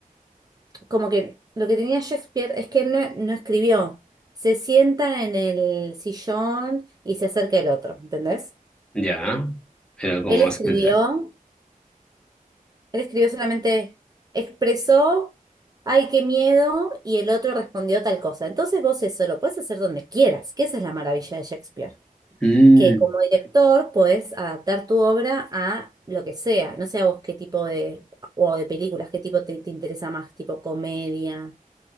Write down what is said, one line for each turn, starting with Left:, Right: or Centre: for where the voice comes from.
Right: como que lo que tenía Shakespeare es que él no, no escribió, se sienta en el sillón y se acerca el otro, ¿entendés?
Centre: ¿Ya? Era como
Right: Él
Centre: más
Right: escribió,
Centre: general.
Right: él escribió solamente, expresó, ay, qué miedo, y el otro respondió tal cosa. Entonces vos eso lo puedes hacer donde quieras, que esa es la maravilla de Shakespeare.
Centre: Mm,
Right: que como director podés adaptar tu obra a lo que sea. No sé a vos qué tipo de, o de películas, qué tipo te, te interesa más, tipo comedia.